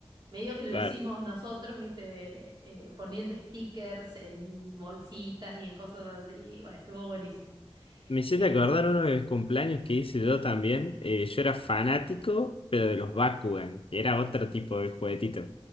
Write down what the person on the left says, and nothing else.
Claro.
Me hiciste
acordar uno de mis cumpleaños que hice yo también. Eh, yo era fanático, pero de los Bakugan, que era otro tipo de juguetito.